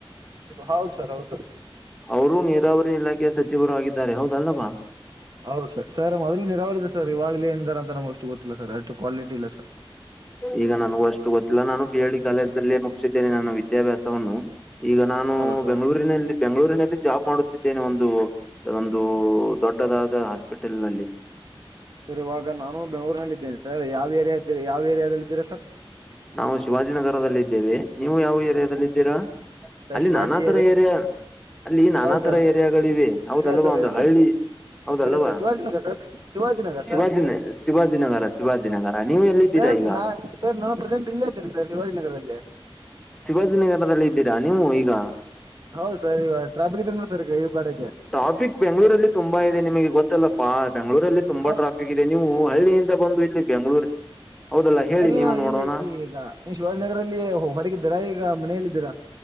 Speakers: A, on the right; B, in the centre.
A: ಹೌದು ಸರ್ ಹೌದು ಸರ್
B: ಅವರು ನೀರಾವರಿ ಇಲಾಖೆಯ ಸಚಿವರು ಆಗಿದ್ದಾರೆ ಹೌದಲ್ಲವಾ
A: ಹೌದು ಸರ್ ಸರ್ ಮೊದ್ಲು ನೀರಾವರಿ ಇದೆ ಸರ್ ಇವಾಗಲ ಏನಾರ ಅಂತ ನಮ್ಗೆ ಅಷ್ಟು ಗೊತ್ತಿಲ್ಲ ಸರ್ ಅಷ್ಟು ಕ್ವಾಲಿಟಿ ಇಲ್ಲ ಸರ್.
B: ಈಗ ನನಗೂ ಅಷ್ಟು ಗೊತ್ತಿಲ್ಲ ನಾನು ಬಿ ಎಲ್ ಡಿ ಕಾಲೇಜ್ ಅಲ್ಲೇ ಮುಗಿಸಿದ್ದೇನೆ ನನ್ನ ವಿದ್ಯಾಭ್ಯಾಸವನ್ನು ಈಗ ನಾನು
A: ಹೌದಾ ಸರ್
B: ಬೆಂಗಳೂರಿನಲ್ಲಿ ಬೆಂಗಳೂರಿನಲ್ಲಿ ಜಾಬ್ ಮಾಡುತ್ತಿದ್ದೇನೆ ಒಂದು ಒಂದು ದೊಡ್ಡದಾದ ಹಾಸ್ಪಿಟಲ್ ನಲ್ಲಿ
A: ಸರ್ ಇವಾಗ ನಾನು ಬೆಂಗಳೂರಿನಲ್ಲಿ ಇದ್ದೇನೆ ಸರ್ ಯಾವ ಏರಿಯಾ ಇದ್ದೀರಿ ಯಾವ ಏರಿಯಾದಲ್ಲಿ ಇದ್ದೀರಾ ಸರ್
B: ನಾವು ಶಿವಾಜಿನಗರದಲ್ಲಿ ಇದ್ದೇವೆ ನೀವು ಯಾವ ಏರಿಯಾದಲ್ಲಿ ಇದ್ದೀರಾ
A: ಸರ್
B: ಅಲ್ಲಿ
A: ಶಿವಾಜಿ
B: ನಾನತರ ಏರಿಯಾ ಅಲ್ಲಿ ನಾನಾ
A: ಹೌದು ಸರ್
B: ತರ ಏರಿಯಾಗಳು ಇವೆ ಹೌದಲ್ವಾ
A: ಇಲ್ಲ ಸರ್
B: ಒಂದು
A: ಇಲ್ಲ
B: ಹಳ್ಳಿ
A: ಸರ್
B: ಹೌದಲ್ಲವ
A: ಕರೆ sir Shivajinagar sir Shivajinagar
B: ಶಿವಾಜಿನೆ
A: sir
B: ಶಿವಾಜಿನಗರ ಶಿವಾಜಿನಗರ ನೀವು ಎಲ್ಲಿ
A: ಸರ್
B: ಇದ್ದೀರಾ ಈಗ
A: ನಾ ಸರ್ ನಾನು ಪ್ರೆಸೆಂಟ್ ಇಲ್ಲೇ ಇದ್ದೇನೆ ಸರ್ ಶಿವಾಜಿನಗರದಲ್ಲಿ
B: ಶಿವಾಜಿನಗರದಲ್ಲಿ ಇದ್ದೀರಾ ನೀವು ಈಗ
A: ಹೌದು ಸರ್ ಇವಾಗ ಟ್ರಾಪಿಕ್ ಇದ್ರ ಸರ್ ಕಡೆಗೆ
B: ಟ್ರಾಫಿಕ್ ಬೆಂಗಗಳೂರಲ್ಲಿ ತುಂಬಾ ಇದೆ ನಿಮಗೆ ಗೊತ್ತಲ್ಲಪ ಬೆಂಗಳೂರಲ್ಲಿ ತುಂಬಾ
A: ಹೌದು
B: ಟ್ರಾಫಿಕ್
A: ಸರ್
B: ಇದೆ ನೀವು ಹಳ್ಳಿಯಿಂದ ಬಂದು ಇಲ್ಲಿ ಬೆಂಗಳೂರು ಹೌದಲ್ಲ ಹೇಳಿ
A: ಸರಿ ನೀವು
B: ನೋಡೋಣ
A: ಇಲ್ಲಿ ಈಗ ನೀವು ಶಿವಾಜನಗರಲ್ಲಿ ಹೊರಗಿದ್ದೀರಾ ಈಗ ಮನೆಲ್ಲಿದ್ದೀರಾ